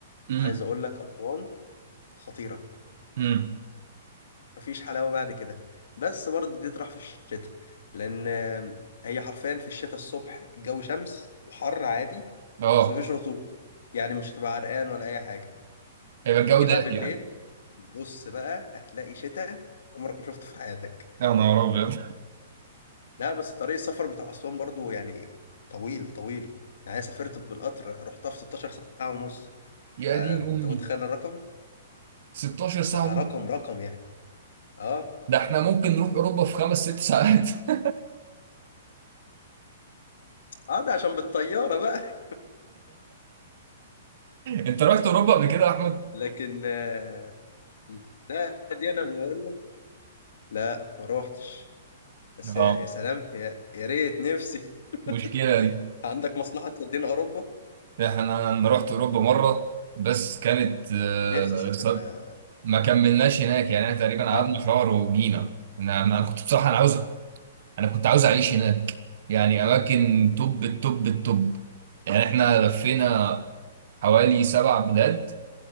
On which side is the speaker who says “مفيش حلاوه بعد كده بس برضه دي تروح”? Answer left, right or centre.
Left